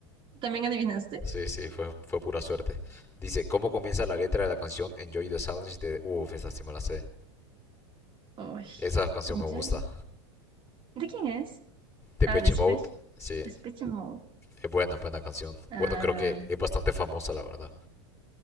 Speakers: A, on the right; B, on the left.
A: ¿También adivinaste?
B: Sí, sí, fue, fue pura suerte. Dice, ¿cómo comienza la letra de la canción Enjoy the Silence de... Uf, esa sí me la sé.
A: Uy.
B: Esa canción
A: Enjoy.
B: me gusta.
A: ¿De quién es?
B: Depeche
A: Ah, de Spech.
B: Mode, sí,
A: Depeche Mode.
B: es buena, buena canción.
A: Ah,
B: Bueno, creo que es bastante famosa, la verdad.